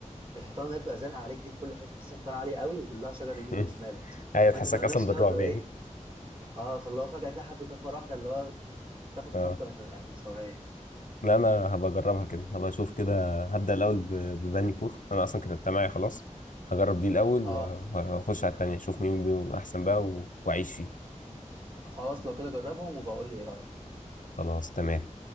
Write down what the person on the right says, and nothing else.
الحيطان اللي بتبقى زانقة عليك دي في كل حتة تحس الحيطان عالية قوي وكلها شجر
يمين
وشمال
فانت
تبقى ماشي
بقى وتبقى
ايه اه فاللي هو فجأة تلاقي حد قدامك مرة واحدة اللي هو
تاخد خضة
مش يعني مش طبيعية
اه
خلاص لو كده جربهم وبقول لي ايه رأيك